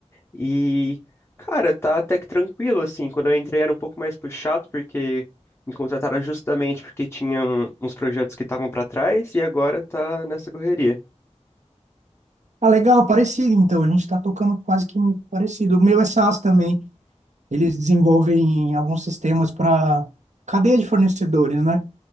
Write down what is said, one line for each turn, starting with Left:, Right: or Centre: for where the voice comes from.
Left: E, cara, tá até que tranquilo, assim. Quando eu entrei era um pouco mais puxado, porque me contrataram justamente porque tinham uns projetos que estavam pra trás e agora tá nessa correria.
Right: Ah, legal, parecido, então. A gente tá tocando quase que parecido. O meu é SaaS também. Eles desenvolvem alguns sistemas para cadeia de fornecedores, né?